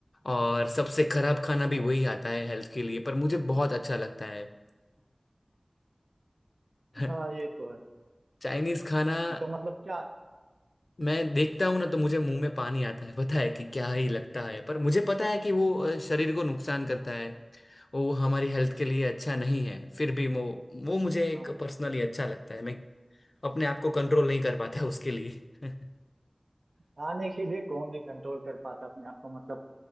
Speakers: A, on the left (about 70°); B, on the right (about 80°).
A: और सबसे खराब खाना
B: अच्छा
A: भी वही आता है हेल्थ के लिए पर मुझे बहुत अच्छा लगता है <laughs>
B: हाँ ये तो है
A: चाइनीज खाना
B: तो मतलब क्या
A: मैं देखता हूँ ना तो मुझे मुंह में पानी आता है पता है कि क्या ही लगता है पर मुझे पता है कि वो अ, शरीर को नुकसान करता है वो हमारी हेल्थ के लिए अच्छा नहीं है फिर भी वो वो मुझे एक
B: हाँ,
A: पर्सनली अच्छा लगता है मैं अपने आप को कंट्रोल नहीं कर पाता उसके लिए <laughs>
B: खाने के लिए कौन ही कंट्रोल कर पाता अपने आप को मतलब